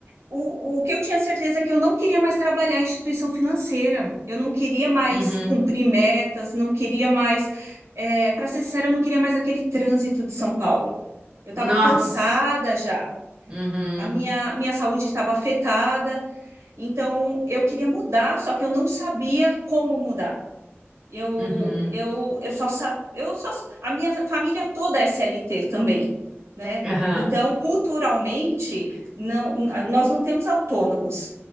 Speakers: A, on the right; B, on the right.
A: o, o que eu tinha certeza é que eu não queria mais trabalhar em instituição financeira, eu não queria mais
B: Uhum.
A: cumprir metas, não queria mais, para ser sincera, eu não queria mais aquele trânsito de São Paulo. Eu estava
B: Nossa.
A: cansada já,
B: Uhum.
A: a minha, minha saúde estava afetada, então eu queria mudar, só que eu não sabia como mudar. Eu,
B: Uhum.
A: eu, eu só sa- eu só, a minha família toda é SLT também, né?
B: Aham.
A: Então, culturalmente, não, nós não temos autônomos.